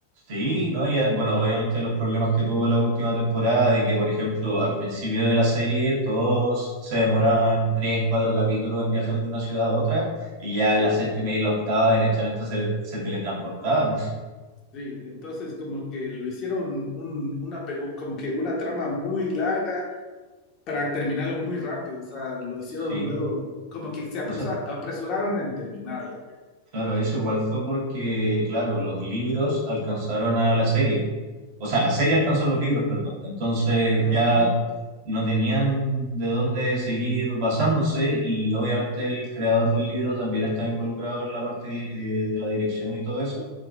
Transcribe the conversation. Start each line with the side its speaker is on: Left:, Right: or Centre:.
Right: Sí, ¿no? ya bueno, obviamente los problemas que tuvo la última temporada, de que, por ejemplo, al principio de la serie todos se demoraban tres, cuatro capítulos en viajar de una ciudad a otra, y ya
Left: Sí,
Right: en la séptima y la octava derechamente se, se teletransportaban. <laughs>
Left: sí. Entonces como que lo hicieron un- una, pe- como que una trama muy larga para terminarlo muy rápido, o sea, lo hicieron
Right: Sí.
Left: luego, como que se aprusa-
Right: O sea,
Left: apresuraron en terminarla.
Right: Claro, eso igual fue porque, claro, los libros alcanzaron a la serie. O sea, la serie alcanzó a los libros, perdón. Entonces
Left: Ah,
Right: ya no tenían de dónde seguir basándose y obviamente el creador del libro también está involucrado en la parte eh, de la dirección y todo eso.